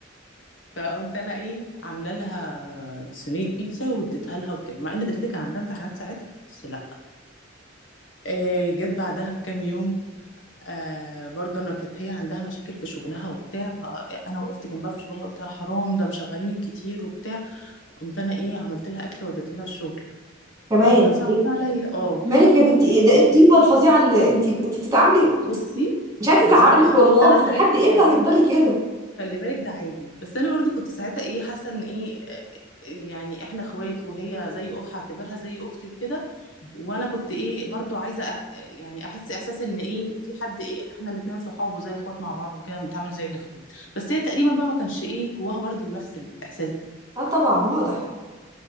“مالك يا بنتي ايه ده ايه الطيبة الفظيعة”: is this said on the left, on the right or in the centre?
Right